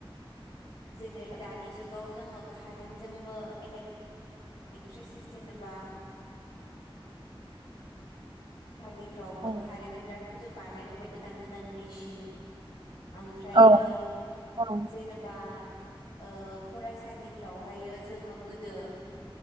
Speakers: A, on the left; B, on the right.
A: जेरै दानि जुगाव <unintelligible> जुगाव जोङो कारेन्टजोंबो इलेक्ट्रिसि जेनेबा <unintelligible> दालिफ्रावबो
B: औ
A: खारेनजों बिराद बुरजा बानायबोबाय गोदान गोदान मेसिन ओमफ्रायो
B: औ औ
A: जेनेबा ओ फरायसालिफ्रावहायो जोङो गोदो